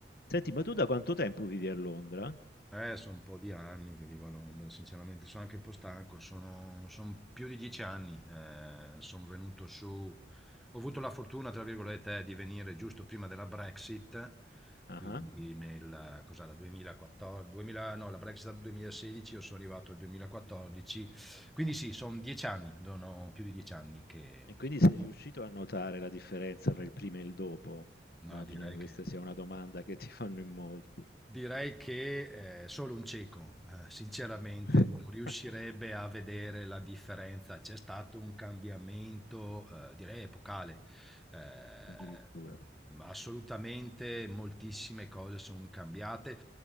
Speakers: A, on the left (about 55°); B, in the centre.
A: Senti, ma tu da quanto tempo vivi a Londra?
B: Eh, sono un po' di anni che vivo a Londra, sinceramente sono anche un po' stanco, sono, son più di dieci anni, sono venuto su, ho avuto la fortuna, tra virgolette, eh, di venire giusto prima della Brexit,
A: Ah-ah.
B: quindi nel, cos'era, 2014, 2000, no, la Brexit è stata 2016, io sono arrivato nel 2014, quindi sì, sono dieci anni, sono più di dieci anni che,
A: E quindi sei riuscito a notare la differenza fra il prima e il dopo?
B: ma
A: Immagino
B: direi
A: che questa
B: che...
A: sia una domanda che ti fanno in molti.
B: Direi che, ehm, solo un cieco, ehm, sinceramente
A: <laughs>
B: non riuscirebbe a vedere la differenza. C'è stato un cambiamento, ehm, direi epocale. Ehm,
A: Addirittura.
B: assolutamente moltissime cose son cambiate.